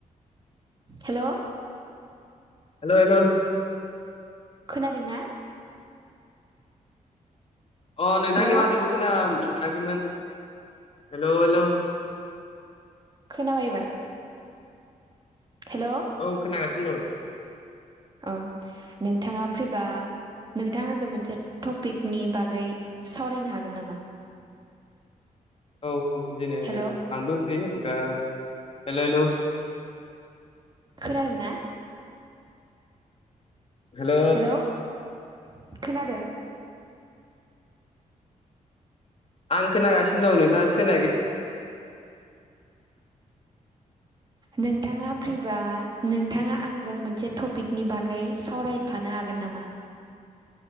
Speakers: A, on the right (about 30°); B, on the left (about 40°).
A: हेल'
B: हेल' हेल'
A: खोनादों ना
B: अ नोंथांनि
A: हेलौ
B: माथौखौ खोनानो मोनाखैमोन हेल' हेल'
A: खोनाबाय एबार हेल'
B: औ खोनागासिनो दं
A: अ नोंथाङा फ्रि बा नोंथाङा आंजों मोनसे टपिकनि बागै सावरायनो हागोन नामा
B: औ बुं जेनेबा
A: हेल'
B: आंबो फ्रि गा हेलौ हेलौ
A: खोनादों ना
B: हेल'
A: हेल' खोनादों
B: आं खोनागासिनो दं नोंथाङासो खोनायाखै
A: नोंथाङा फ्रिबा नोंथाङा आंजों मोनसे टपिकनि बागै सावरायफानो हागोन नामा